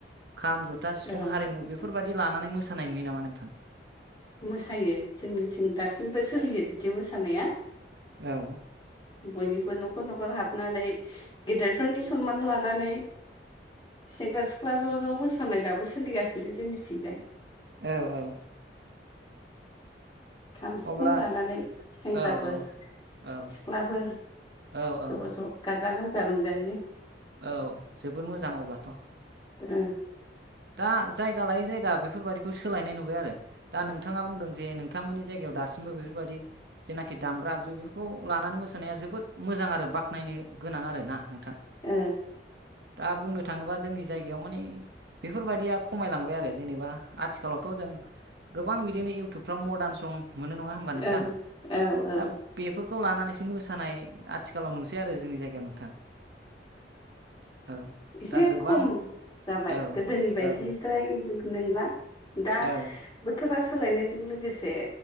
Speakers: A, on the right; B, on the left.
A: खाम जथा सिफुं
B: औ
A: हारिमु बेफोरबायदि लानानै मोसानाय नुयो नामा नोंथां
B: मोसायो जोंनिथिं दासिमबो सोलियो बिदि मोसानाया
A: औ
B: बयनिबो न'खर न'खर हाबनानै गेदेरफोरनि सनमान लानानै सेंग्रा सिख्ला ज' ज' मोसानाय दाबो सोलिगासिनो जोंनिथिंजाय
A: औ औ
B: खाम सिफुं
A: अब्ला
B: लानानै सेंग्राफोर
A: औ औ
B: सिख्लाफोर
A: औ औ
B: ज' ज' गाजा गोमजा रंजायो
A: औ जोबोद मोजां अब्लाथ'
B: द
A: दा जायगा लायै जायगा बेफोरबायाददिखौ सोलायनाय नुबाय आरो दा नोंथाङा बुंदों जे नोंथांमोननि जायगायाव दासिमबो बेफोरबायादि जेनाखि दामग्रा आगजु बेफोरखौ लानानै मोसानाया जोबोद मोजां आरो बाख्नायनो गोनां आर ना नोंथां
B: ओ
A: दा बुंनो थाङोब्ला जोंनि जायगायाव मानिे बेफोरबायदिया खमायलांबाय आरो जेनेबा आथिखालावथ' जों गोबां बिदिनो इउटुबफ्राव मदार्न सं मोनो नङा होमबा नोंथां
B: औ औ औ
A: दा बे खौ लानानैसो मोसानाय आथिखालाव नुसै आरो जोंनि जायगायाव नोंथां औ
B: एसे
A: दा गोबां
B: खम जाबाय
A: औ
B: गोदोनि नि बायदिद्राय
A: औ
B: नंला दा
A: औ
B: बोथोरा खाोलायनायजों लोगोसे